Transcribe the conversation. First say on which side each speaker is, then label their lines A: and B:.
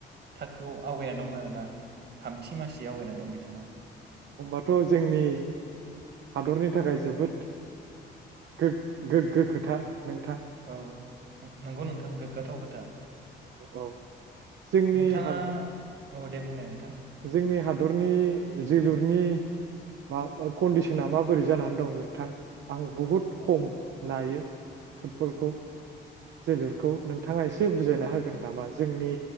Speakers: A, on the right; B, on the right.
A: थाखोआव आवगायना दं आरो ना थामथि माससि आवगायना दं बिथाङा
B: होमबाथ' जोंनि हादरनि थाखाय जोबोद गो गोग्गो खोथा नोंथां
A: औ नंगौ नोंथां गोगाथाव खोथा
B: औ औ जोंनि
A: नोंथाङा
B: हादर
A: औ दे बुंनाय नोंथां
B: जोंनि हाद हादरनि जोलुरनि मा कन्डिसना माबोरै जानानै दं नोंथां आं बुहुद खम नायो फुटबलखौ जोलुरखौ नोंथाङा एसे बुजायना होगोन नामा जोंनि